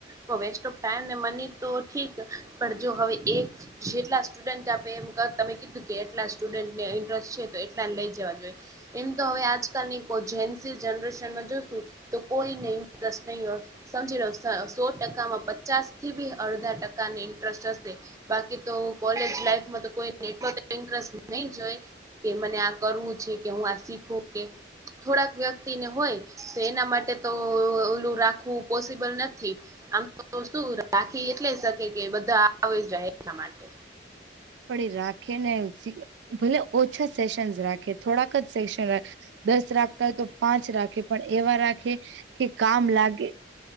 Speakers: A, on the right (about 20°); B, on the right (about 75°).
A: તો વેસ્ટ ઓફ ટાઈમ ને મની તો ઠીક પણ જો હવે એક. જેટલા સ્ટુડન્ટ આપે એમ તમે કીધું કે એટલા સ્ટુડન્ટને ઇન્ટરેસ્ટ છે તો એટલા લઈ જવા જોઈએ. એમ તો હવે આજકાલની કો‌ઇ જે જનરેશનમાં જોશું તો કોઈ નહી. નહીં હો સમજી લો સ સો ટકામાં પચાસ થી બી અડધા ટકાને ઇન્ટરસ હશે. બાકી તો કોલેજ લાઈફમાં તો કોઈ એટલો ઇન્ટરેસ્ટ નહી જોય. કે મને આ કરવું છે કે હું આ શીખું કે. થોડાક વ્યક્તિને હોય તો એના માટે તો ઓલું રાખવું પોસિબલ નથી. આમ તો શું રાખી એટલે શકે કે બધા આવે જાય એના માટે.
B: પડી રાખે ને ભલે ઓછા સેશન રાખે થોડાક જ સેેશન રાખે. દસ રાખતા હોય તો પાંચ રાખે પણ એવા રાખે કે કામ લાગે.